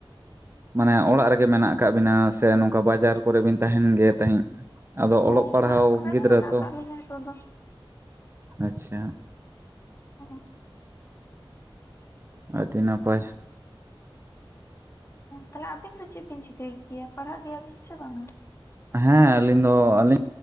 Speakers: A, on the right (about 25°); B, on the left (about 30°).
A: ᱢᱟᱱᱮ ᱚᱲᱟᱜ ᱨᱮᱜᱮ ᱢᱮᱱᱟᱜ ᱟᱠᱟᱜ ᱵᱤᱱᱟ ᱥᱮ ᱱᱚᱝᱠᱟ ᱵᱟᱡᱟᱨ ᱠᱚᱨᱮ ᱵᱮᱱ ᱛᱟᱦᱮᱱ ᱜᱮᱭᱟ ᱛᱟᱦᱤᱡ? ᱟᱫᱚ ᱚᱞᱚᱜ
B: ᱚ
A: ᱯᱟᱲᱦᱟᱣ
B: ᱚᱲᱟᱜ ᱠᱚᱨᱮ
A: ᱜᱤᱫᱽᱨᱟᱹ
B: ᱜᱮ ᱢᱮᱱᱟᱜ
A: ᱛᱚ,
B: ᱟᱠᱟᱫ ᱞᱤᱧᱟᱹ ᱱᱤᱛᱚᱜ ᱫᱚ
A: ᱟᱪᱪᱷᱟ ᱾
B: <unintelligible>
A: ᱟᱹᱰᱤ ᱱᱟᱯᱟᱭ ᱾
B: ᱛᱟᱞᱦᱮ ᱟᱹᱵᱤᱱ ᱫᱚ ᱪᱮᱫ ᱵᱤᱱ ᱪᱤᱠᱟᱹᱭ ᱜᱮᱭᱟ ᱯᱟᱲᱦᱟᱜ ᱜᱮᱭᱟᱵᱤᱱ ᱥᱮ ᱵᱟᱝᱼᱟ?
A: ᱦᱮᱸ ᱟᱹᱞᱤᱧ ᱫᱚ ᱟᱹᱞᱤᱧ